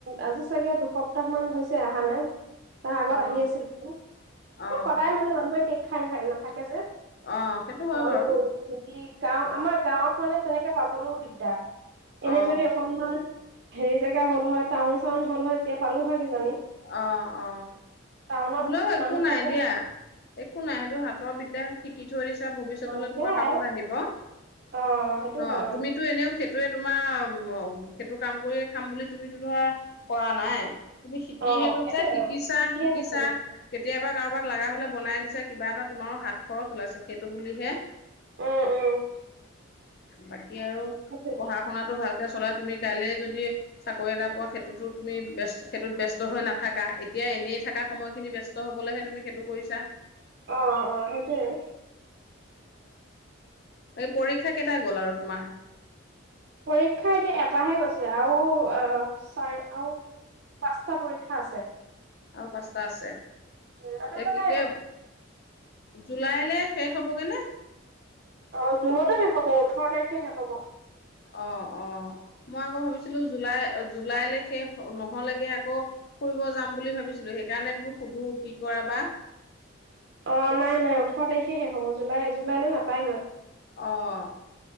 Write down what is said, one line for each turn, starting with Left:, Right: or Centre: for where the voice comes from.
Right: আজি চাগে দুসপ্তাহ মান হৈছে অহা নাই। তাৰ আগত
Left: অ
Right: আহি আছিল এবো
Left: অ
Right: সদায় মানে মানুহে কেক খাই থ নাথাকে। যে
Left: অ সেইটো হয়
Right: আৰু
Left: বাৰু
Right: কি গাঁও আমাৰ গাঁৱ ফনে তেনেকে পাবলৈও দিগদাৰ। এনে
Left: অ
Right: যদি অকমান হেৰি জেগা হল টাউন চাউন হল হয় তেতিয়া পালো হয়। কিজানি
Left: অ অ
Right: টাউনত
Left: হ'লেও একো
Right: মানুহবিলাকৰ
Left: নাই দিয়া একো নাই সেইটো হাতৰ বিদ্যা। শিকি থৈ দিছ ভৱিষ্যতলৈ
Right: অ সেয়াই
Left: তোমাৰ কামত আহিব
Right: অ সেইটো
Left: ন
Right: হয় অ
Left: তুমিতো এনেওে সি সেইটোয়ে তোমাৰ অ সেইটো কাম কৰিয়ে খাম বুলি তুমিতো ধৰা কৰা নাই তুমি কি
Right: অ
Left: সেইটো
Right: সেইটোয়ে
Left: যে শিকিছা
Right: শিকিহে
Left: শিকিছা
Right: থৈছো
Left: কেতিয়াবা কাৰোবাক লগা হলে বনাই দিছে কিবা এটা তোমাৰো হাত খৰচ ওলাইছে সেইটো বুলিহে।
Right: উম উম
Left: বা এতিয়া আৰু
Right: সেইটোয়ে
Left: পঢ়া-শুনা টো ভালকে। চলা তুমি কাইলে যদি চাকৰি এটা পোৱা সেইটোতো তুমি ব্যচ সেইটোত ব্যস্ত। ব্যস্ত হৈ নাথাকা এতিয়া এনেই থকা সময়খিনি ব্যস্ত হ'বলৈ হে তুমি সেইটো কৰিছা।
Right: অ অ সেইটোয়ে।
Left: এই পৰীক্ষা কেইটা গ'ল আৰু তোমাৰ।
Right: পৰীক্ষা এতিয়া এটাহে গৈছে আৰু আহ চাৰ আৰু পাঁচটা পৰীক্ষা আছে।
Left: আৰু পাঁচটা আছে।
Right: উম আমাৰ
Left: এক
Right: মানে
Left: কে। জুলাইলৈ শেষ হ'বগে নে?
Right: অ জুনতে শেষ হ'ব ওঠৰ তাৰিখে শেষ হ'ব।
Left: অ অ মই আকৌ ভাবিছিলো জুলাই জুলাইলৈ শেষ নহ'লেগে আকৌ ফুৰিব যাম বুলি ভাবিছিলো সেইকাৰণে বোলো সুধো কি কৰা বা।
Right: অ নাই নাই ওঠৰ তাৰিখে শেষ হ'ব জুলাই জুলাইলৈ নাপায়গৈ।
Left: আহ